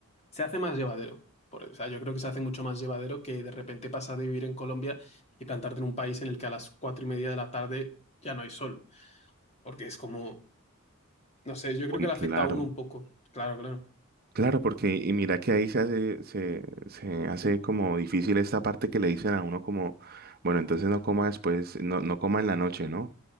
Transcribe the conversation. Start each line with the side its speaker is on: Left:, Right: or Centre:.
Left: Se hace más llevadero. Por- o sea, yo creo que se hace mucho más llevadero que de repente pasar de vivir en Colombia y plantarte en un país en el que a las cuatro y media de la tarde ya no hay sol. Porque es como, no sé, yo creo
Right: Uy,
Left: que le
Right: claro.
Left: afecta a uno un poco. Claro, claro.
Right: Claro, porque y mira que ahí se hace, se, se hace como difícil esta parte que le dicen a uno como, bueno, entonces no coma después, no, no coma en la noche, ¿no?